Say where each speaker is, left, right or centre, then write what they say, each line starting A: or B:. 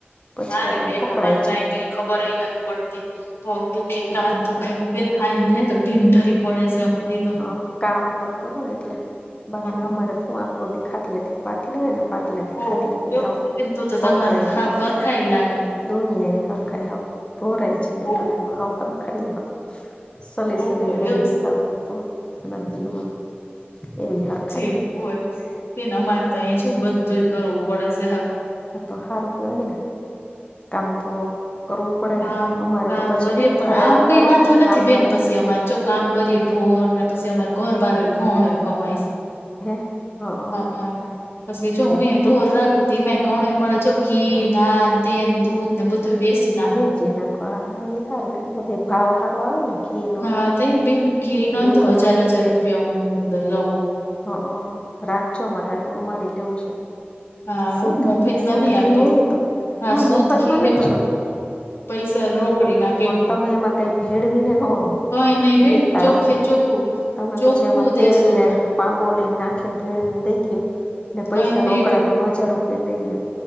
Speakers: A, on the left (about 25°); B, on the left (about 80°).
A: પછી
B: મારે
A: આપડે
B: બેન
A: પકડાાય
B: અમારે તો
A: જાય.
B: આય કઈ ખબર નથી પડતી. તો દુખે ક દુખે બે ખ થઈ
A: નહી
B: તો. ટીમ ઠરી પડે છે અમારી. તો
A: હા કામ તમ કરો ને એટલે. બાકી
B: હા
A: ન અમારે તું આખો દીખાટલે થી પાટ લ ને. પાટલે તે,
B: ઓ
A: ખાટલે તે
B: એવું
A: હવ
B: છે બેન તો તો
A: પકડાાય
B: તમારે તો
A: ગ.
B: હાવ હરખાય લાગે
A: દોનિયાની હરખાય હ. પોરાય છે અટાળ.
B: ઓ
A: હ હ ખાઈું હ ચલી
B: ઓહો
A: ચલીને વૈગી
B: એવું
A: હ. નજીઓમાં એવી હ.
B: છે હોય કે, અમારે તો અહી જો બધું કરવું પડેશે હ.
A: હા! તો સારું કેવાય ને. કામ તો. કરવું પડે
B: કામ
A: ને અમારે
B: કામ
A: તો પછી
B: કરીએ.
A: હું
B: પણ
A: ઘરે
B: આમ
A: આવતા
B: કઈ
A: હોય
B: વાંધો
A: ને
B: નથી.
A: કામ
B: બેન
A: વાળા
B: પછી અમારે ચ કામ કરીએ ઢોર ને. પછી અમાર ઘર બાર હોય ઘઉણ હોય કમાઈશ.
A: હે હા
B: અ પછી જો
A: છે
B: હું એ. ઢોર રાખવો તો એમાંય ઘણું એ મળે જો ઘી
A: હા
B: નાન તેને દૂધ ને બધું વસી નાખ.
A: ચીના ખ એ સારું લેવુંધ ભાવ સારું આવે ને. ઘી નો
B: હા! ત બેન ઘી નંધો
A: દૂધ નો
B: હજાર હજાર રૂપિયા હ લવ.
A: હ રાખજો અમારે આટું અમારે લેવું છે.
B: હા
A: સુદ્ધ
B: મફતમાં
A: શ સુદ્ધ
B: નહી
A: ઘી
B: આપીએ
A: હોય
B: હો
A: ને. તો
B: હા
A: ના
B: શુદ્ધ
A: મોફત
B: ઘી
A: માં
B: હે
A: નથી
B: પણ
A: છો તું.
B: પૈસા રોકડી નાખ.
A: પણ તમે એમાં કઈ ભેળવી ને ન.
B: કઈ નઈ બેન
A: દેતા
B: ચોખ્ખે
A: અમને
B: ચોખ્ખું
A: તમે
B: ચોખ્ખું
A: પછી એમાં
B: દેશું
A: તેલ ને.
B: અમે
A: પામોલીને નાખીને ભેળવીને દઈ ગયો ને પૈસા
B: કઈ નઈ
A: રોકડા
B: બે
A: તમે હજાર રૂપિયા લઈ ગયો.